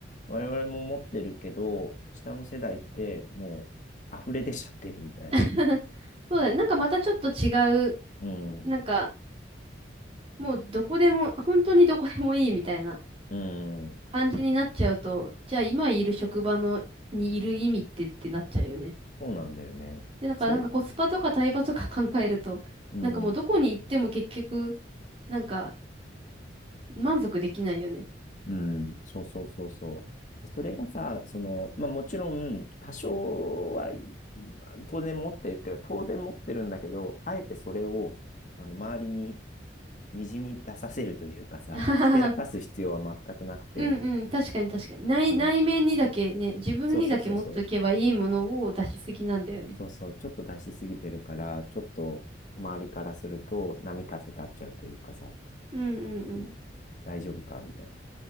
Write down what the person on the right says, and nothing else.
<laughs> そうだね。なんかまたちょっと違う、
なんか、もうどこでも、本当にどこでもいいみたいな
感じになっちゃうと、じゃあ今いる職場のにいる意味ってってなっちゃうよね。
で、だからなんかコスパとかタイパとか考えると、
なんかもうどこに行っても結局、なんか満足できないよね。
<laughs> あははは
うんうん、確かに確かに。内、
内面にだけね、自分にだけ持っておけばいいものを出しすぎなんだよね。
うんうんうん。